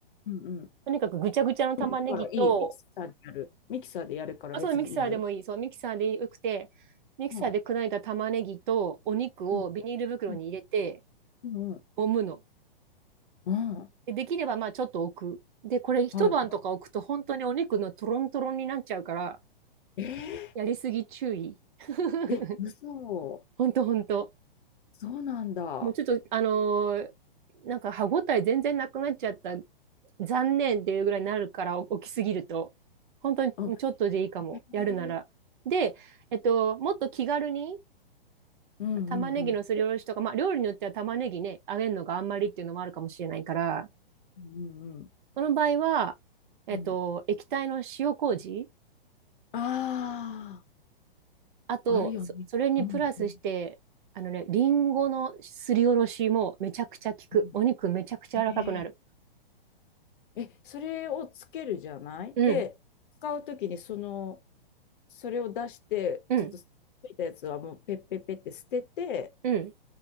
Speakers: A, on the left; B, on the right.
A: んうん。
B: とにかくぐちゃぐちゃの玉ねぎと、
A: うんだからいい。ミキサーでやる。ミキサーでやるから別にいいよ。
B: あ、そう、ミキサーでもいい。そう、ミキサーでよくて、ミキサーで砕いた玉ねぎとお肉をビニール袋に入れて、
A: うん、うん、うん、うん、うん。
B: 揉むの。
A: うん
B: で、できればまあちょっと置く。で、これ一晩とか置くと本当にお肉のトロントロンになっちゃうから、
A: はい。え
B: やりすぎ注意。<laughs>
A: ー、え、嘘。
B: ほんとほんと。
A: そうなんだ。
B: もうちょっと、あのーなんか歯ごたえ全然なくなっちゃった。残念っていうぐらいになるから、お起きすぎると。本当にちょっとでいいかも。
A: うん、へえ
B: やるなら。で、えっと、もっと気軽に
A: うんうんうん。
B: 玉ねぎのすりおろしとか、まあ料理によっては玉ねぎね、揚げるのがあんまりっていうのもあるかもしれないから、
A: うんうん
B: その場合は、えっと、
A: うん。
B: 液体の塩麹
A: あ
B: あと、
A: あ、あるよね。
B: そ、それにプラスして、
A: うんうん
B: あのね、リンゴのすりおろしもめちゃくちゃ効く。
A: うん。
B: お肉めちゃくちゃ柔らかくなる。
A: えええ、それをつけるじゃないで、
B: うん、
A: 使うときにその、それを出して、
B: うん、
A: ちょっとついたやつはもうペッペッペッって捨てて、
B: うん、